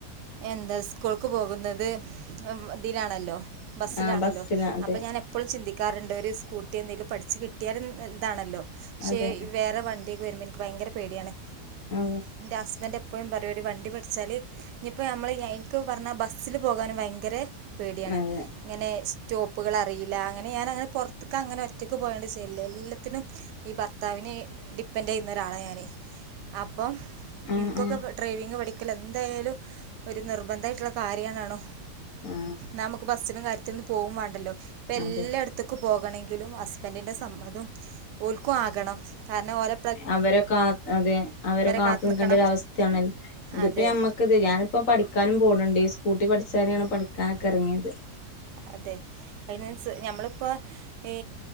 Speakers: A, on the right; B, on the left.
A: എന്താ സ്കൂൾക്ക് പോകുന്നത് ഇതിലാണല്ലോ. ബസ്സിലാണല്ലോ.
B: ആ ബസ്സില അതെ
A: അപ്പോ ഞാൻ എപ്പ് പ്പളും ചിന്തിക്കാറുണ്ട് ഒരു സ്കൂട്ടി എന്തേലും പഠിച്ച് കിട്ടിയാല് ഇൻ ഇതാണല്ലോ. പക്ഷേ
B: അതെ
A: വേറെ വ ണ്ടിക്കെ വെരുമ്പം എനിക്ക് ഭയങ്കര പേടിയാണ്.
B: ആ
A: എന്റെ ഹസ്ബൻഡ്. എപ്പഴും പറയും ഒരു വണ്ടി പഠിച്ചാല്, ഇനിയിപ്പോ ഞമ്മെള് എനിക്ക് പറഞ്ഞാ ബസ്സില് പോകാനു ഭയങ്കര. പേടിയാണ്.
B: അതെ
A: ഇങ്ങെനെ സ് റ്റോപ്പുകൾ അറിയില്ല. അങ്ങനെ ഞാനയങ്ങനെ പൊറത്തേക്ക് അങ്ങനെ ഒറ്റയ്ക്ക് പോയോണ്ട് ചെയ്യല്. എല്ലാത്തിനും ഈ ബർ ത്താവിനെ ഡിപ്പെൻഡ് ചെയ്യുന്ന ഒരാളാ ഞാന്. അപ്പം
B: ആ
A: ഇൻക്കൊക്കെ
B: ആ
A: ഡ്രൈവി ങ് പഠിക്കെല് എന്തായാലും ഒരു നിർബന്ധയായിട്ടൊള്ള കാര്യന്നാണോ.
B: ആ
A: നമ്മെക്ക് ബസ്സിലും കാര്യത്തിലു ന്നും പോകും വേണ്ടല്ലോ. ഇപ്പ എല്ലാടു
B: അതെ
A: ത്തുക്ക് പോകണെങ്കിലും ഹസ്ബൻഡിന്റെ സമ്മതം ഓൽക്കും ആകണം. കാരണം ഓലേ.
B: അവെരെ കാ അതെ. അവരെ കാത്തു
A: കാത്ത്
B: നിക്കേണ്ടയൊരു
A: നിക്കണം
B: അവസ്ഥയാണ്. ഇതിപ്പോ
A: അതെ
B: നമ്മ ക്ക് ത് ഞാനിപ്പ പഠിക്കാനും പോണ്‌ണ്ട് സ്കൂട്ടി പഠിച്ചാലെയാണ് പഠിക്കാനെക്കെ എറങ്ങിയത്.
A: അതെ ഫൈനാൻസ്ഞമ്മളിപ്പോ ഈ